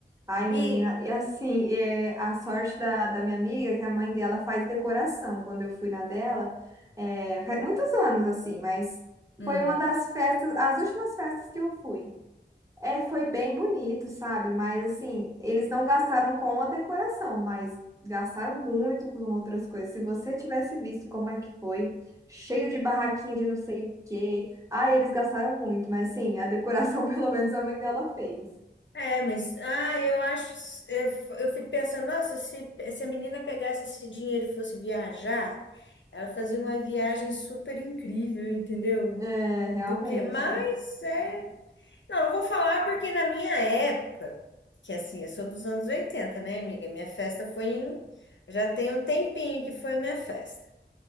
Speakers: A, on the right; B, on the left.
A: Ai,
B: E,
A: menina, e assim, é, a sorte da, da minha amiga é que a mãe dela faz decoração. Quando eu fui na dela, é, faz muitos anos, assim, mas
B: hum.
A: foi uma das festas, as últimas festas que eu fui. É, foi bem bonito, sabe? Mas assim, eles não gastaram com a decoração, mas gastaram muito com outras coisas. Se você tivesse visto como é que foi, cheio de barraquinha de não sei o quê. Ah, eles gastaram muito, mas assim, a decoração <laughs> pelo menos a mãe dela fez.
B: É, mas ah, eu acho, eu, eu fico pensando, nossa, se, se a menina pegasse esse dinheiro e fosse viajar, ela fazia uma viagem super incrível, entendeu?
A: É, realmente.
B: Do que, mas é, não, não vou falar porque na minha época, que assim, eu sou dos anos 80, né, amiga? Minha festa foi em, já tem um tempinho que foi minha festa.